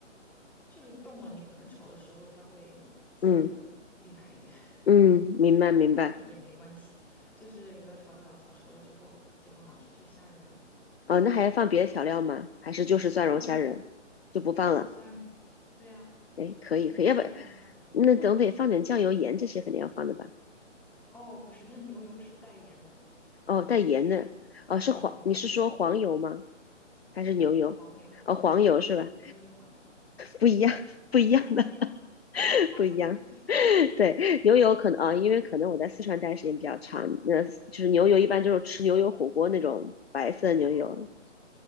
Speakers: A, in the centre; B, on the left.
A: 就是动了，你可能炒的时候它会溅的厉害一点，
B: 嗯
A: <laughs>
B: 嗯，明白明白。
A: 不过也没关系，就是给它炒炒炒炒熟了之后就很好吃，就是虾仁儿了，
B: 哦，那还要放别的调料吗？还是就是蒜蓉虾仁就不放了？
A: 不放了呀，就是蒜蓉对呀，
B: 哎，可以可以，
A: 牛油蒜蓉虾仁儿。
B: 要不那总得放点酱油、盐这些肯定要放的吧？
A: 哦，不是，那牛油是带盐的，
B: 哦，
A: 我忘记说了，
B: 带盐的，
A: 带盐的牛油，
B: 哦，是黄，你是说黄油吗？还是牛油？
A: 对，黄油，
B: 哦，
A: 黄油就是牛油，
B: 黄油是吧？
A: 牛油就是黄油，<laughs>
B: 不一样，不一样的，
A: 哦，不一样吗
B: <laughs>
A: ？Butter
B: 不一样。
A: 就是，
B: <laughs> 对，牛油可能啊，因为可能我在四川待的时间比较长，那就是牛油一般就是吃牛油火锅那种白色的牛油，
A: 哦，